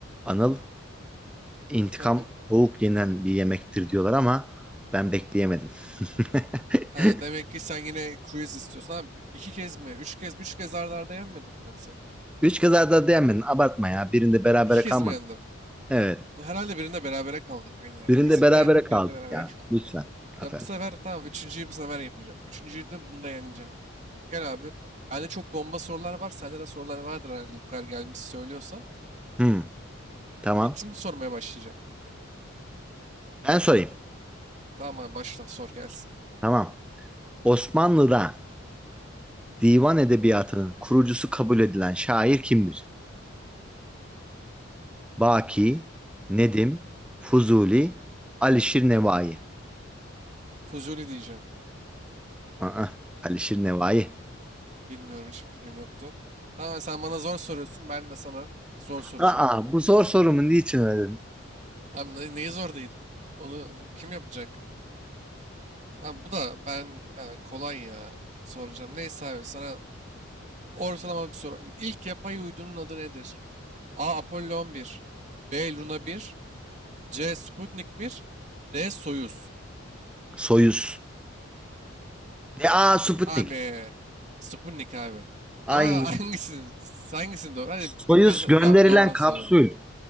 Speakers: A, in the centre; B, on the right.
A: Anıl, intikam
B: Efendim.
A: soğuk yenen bir yemektir diyorlar ama ben bekleyemedim. <laughs>
B: Ha, demek ki sen yine quiz istiyorsun. Abi, iki kez mi? Üç kez, üç kez arda arda yenmedim ben seni.
A: Üç kazada dayanmadın. Abartma ya. Birinde berabere
B: İki kez
A: kalmadık.
B: mi yendim?
A: Evet.
B: Du- Herhalde birinde berabere kaldık. Aynen.
A: Birinde
B: İkisinde
A: berabere
B: yendim,
A: kaldık
B: birinde berabere
A: ya.
B: kaldım.
A: Lütfen.
B: <laughs>
A: Efendim.
B: Ya bu sefer tamam, üçüncüyü bu sefer yapacağım. Üçüncüyü de bunu da yeneceğim. Gel abi. Bende çok bomba sorular var. Sende de sorular vardır herhalde bu kadar gelmiş söylüyorsan.
A: Hmm, tamam.
B: İlk kim sormaya başlayacak?
A: Ben sorayım.
B: Tamam abi başla sor gelsin.
A: Tamam. Osmanlı'da divan edebiyatının kurucusu kabul edilen şair kimdir? Baki, Nedim, Fuzuli, Alişir Nevai.
B: Fuzuli diyeceğim.
A: Aa, Alişir Nevai.
B: Bilmiyorum hiç fikrim yoktu. Ha, sen bana zor soruyorsun. Ben de sana zor soracağım.
A: Aa, bu zor sorumu niçin öyle
B: Abi ne- neyi zor değil? Onu kim yapacak? Abi bu da ben ya, kolay ya soracağım. Neyse abi sana ortalama bir soru. İlk yapay uydunun adı nedir? A. Apollo 11 B. Luna 1 C. Sputnik 1 D. Soyuz
A: Soyuz. Ve aa Sputnik.
B: Abi Sputnik abi.
A: Ay
B: Ama <laughs> hangisini, hangisini doğru? Hadi
A: Soyuz
B: bir kaza
A: gönderilen
B: ya doğru
A: kapsül.
B: sayıyorum.